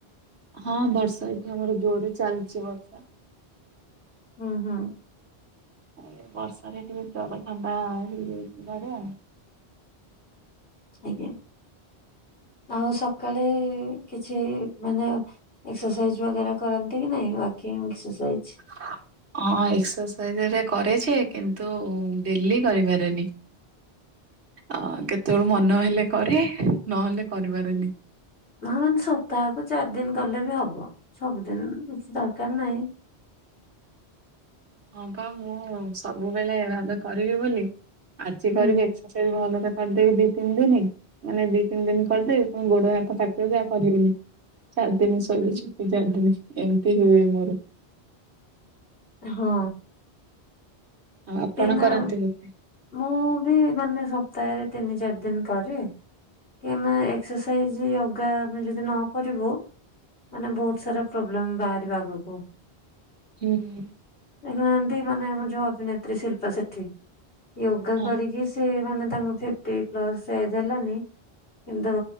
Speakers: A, on the right (about 80°); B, on the left (about 85°).
A: ହଁ ବର୍ଷା ଏଠି ଆମର ଜୋର ରେ ଚାଲିଛି ବର୍ଷା।
B: ହୁଁ ହୁଁ।
A: ଆଉ ଏ‌ ବର୍ଷାରେ ଟିକେ ଜର ଥଣ୍ଡା ହେଇଯାଇଛି ଘରେ ଆଉ।
B: ଆଜ୍ଞା ଆଉ ସକାଳେ। କିଛି ମାନେ ଏକ୍ସରସାଇଜ୍ ବଗେରା କରନ୍ତି କି ନାଇଁ ୱାକିଙ୍ଗ ଏକ୍ସରସାଇଜ୍।
A: ହ ହଁ ଏକ୍ସରସାଇଜ ଘରିକା କରେ ଯେ କିନ୍ତୁ ଡେଲି କରିପାରେନି। ଅ କେତେବେଳୁ ମନ ହେଲେ କରେ ନହେଲେ କରିି ପାରେନି।
B: ହଁ ମାନେ ସପ୍ତାହକୁ ଚାରି ଦିନ କଲେ ବି ହବ ସବୁଦିନ କିଛି ଦରକାର ନାହିଁ।
A: ହଁ ବା ମୁଁ ସବୁବେଳେ ଭାବେ କରିବି ବୋଲି ଆଜି
B: ହୁଁ।
A: କରିବି ଏ କ୍ସରସାଇଜ୍ ଭଲ ରେ କରିଦେବି ଦି ତିନି ଦିନି। ମାନେ ଦି ତିନି ଦିନ କରିଦେବି ପୁଣି ଗୋଡ ହାତ କାଟିବ ଯେ ଆଉ କରିବିନି ଚାର ଦିନି। କହିବି
B: ହୁଁ ହୁଁ।
A: ଛୁଟି ଚାରି ଦିନି ଏମିତି ହୁଏ ମୋର।
B: ହଁ।
A: ଆଉ ଆପଣ
B: ଏ ମା
A: କରନ୍ତି ବୋଧେ?
B: ମୁଁ ବି ମାନେ ସପ୍ତାହରେ ତିନି ଚାରି ଦିନ କରେ। କାହିଁକିନା ଏକ୍ସରସାଇଜ୍ ୟୋଗା ଆମେ ଯଦି ନ କରିବୁ। ମାନେ ବହୁତ ସାରା ପ୍ରୋବ୍ଲେମ ବାହାରିବ ଆଗକୁ।
A: ହୁଁ।
B: ଦେଖୁନାହାନ୍ତି ମାନେ ଆମର ଯୋଉ ଅଭିନେତ୍ରୀ ଶିଳ୍ପା ସେଠୀ। ୟୋଗା
A: ହଁ
B: କରିକି ସେ ମାନେ ତାଙ୍କ‌ ଫି ପାଟି ପ୍ଲସ୍ ଏଜ ହେଲାନି କିନ୍ତୁ